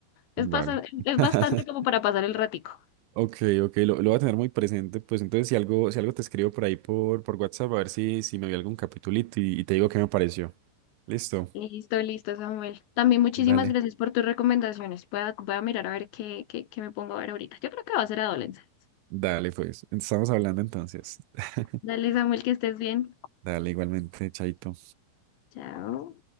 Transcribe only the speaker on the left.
es,
pasa- es
bastante como para pasar el ratico.
Listo, listo, Samuel. También muchísimas
gracias por tus recomendaciones. Voy a, voy a mirar a ver qué, qué, qué me pongo a ver ahorita. Yo creo que va a ser adolescencia.
Dale, Samuel, que estés bien.
Chao.